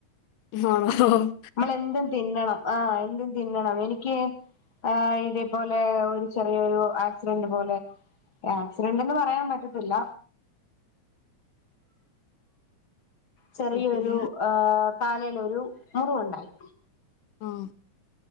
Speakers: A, on the left; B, on the left.
A: <unintelligible>
B: നമ്മളെന്തും തിന്നണം ആഹ് എന്തും തിന്നണം എനിക്ക് ആഹ് ഇതേപോലെ ഒരു ചെറിയൊരു ആക്സിഡന്റ് പോലെ. ആക്സിഡന്റ് ന്ന് പറയാൻ പറ്റത്തില്ല. ചെറിയൊരു
A: പിന്നെ
B: ആഹ് കാലേൽ ഒരു മുറിവുണ്ടായി.
A: ആഹ്